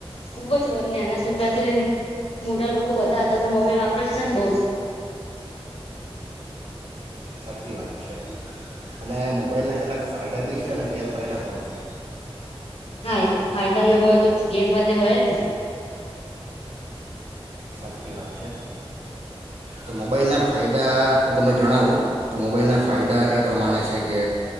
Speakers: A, on the left; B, on the right.
A: ખુબ જ નાના છોકરાથી મોટા લોકો બધા હતા તો મોબાઈલ વાપરશે ને બહુ જ
B: સાચી વાત છે, અને મોબાઈલના કેટલાક ફાયદા બી છે અને ગેરફાયદા પણ છે.
A: હા એ તો ફાયદાને હોય તો ગેરફાયદે હોય જ ને
B: સાચી વાત છે, તો મોબાઈલના ફાયદા હું તમને જણાવું તો મોબાઈલના ફાયદા એ પ્રમાણે છે કે